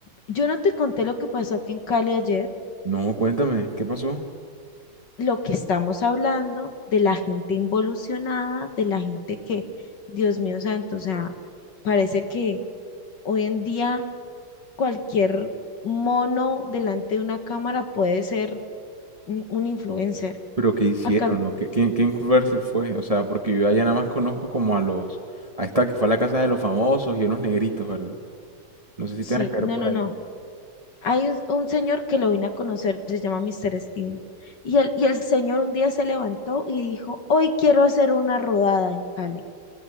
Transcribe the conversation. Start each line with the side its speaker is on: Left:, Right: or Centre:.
Left: Yo no te conté lo que pasó aquí en Cali ayer.
Right: No, cuéntame, ¿qué pasó?
Left: lo que estamos hablando de la gente involucionada, de la gente que, Dios mío santo, o sea, parece que hoy en día cualquier mono delante de una cámara puede ser un un influencer.
Right: Pero ¿qué hicieron?
Left: Acá,
Right: ¿O qué, quién, quién Culver se fue? O sea, porque yo allá nada más conozco como a los... Ahí está, que fue a la casa de los famosos y unos negritos, ¿verdad? No sé si
Left: sí,
Right: te van a caer
Left: no,
Right: por
Left: no,
Right: ahí.
Left: no. Hay un, un señor que lo vine a conocer, se llama Mister Steven. Y el, y el señor un día se levantó y dijo, hoy quiero hacer una rodada en Cali.